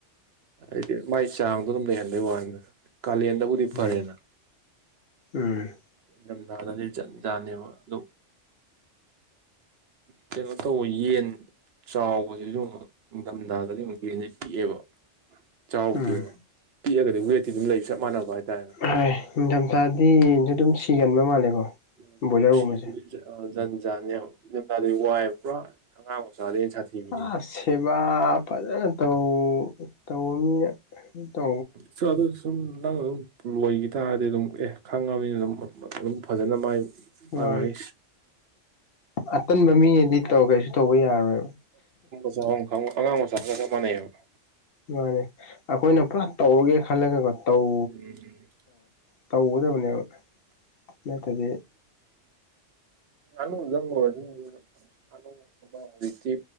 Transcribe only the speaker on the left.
ꯎꯝ ꯎꯝ
ꯎꯝ
ꯍꯣꯏ ꯅꯤꯡꯊꯝꯊꯥꯗꯤ ꯌꯦꯟꯁꯨ ꯑꯗꯨꯝ ꯁꯤꯒꯟꯕ ꯃꯥꯜꯂꯦꯀꯣ
ꯕꯣꯏꯂꯔꯒꯨꯝꯕꯁꯦ
ꯑꯁ ꯁꯦꯕꯥ ꯐꯖꯅ ꯇꯧ ꯇꯧꯕ ꯃꯤꯅ ꯍ ꯇꯣ
ꯃꯥꯅꯦ
ꯑꯇꯟꯕ ꯃꯤꯉꯗꯤ ꯇꯧ ꯀꯩꯁꯨ ꯇꯧꯕ ꯌꯥꯔꯣꯏꯕ
ꯃꯥꯅꯤ ꯑꯩꯈꯣꯏꯅ ꯄꯨꯔꯥ ꯇꯧꯔꯒꯦ ꯈꯜꯂꯒꯀꯣ ꯇꯧ
ꯇꯧꯒꯗꯕꯅꯦꯕ ꯅꯠꯇ꯭ꯔꯗꯤ